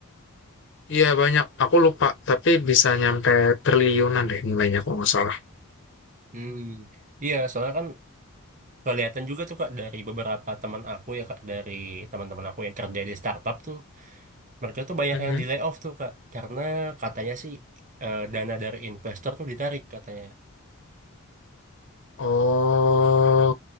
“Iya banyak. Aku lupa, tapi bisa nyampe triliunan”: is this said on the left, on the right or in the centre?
Left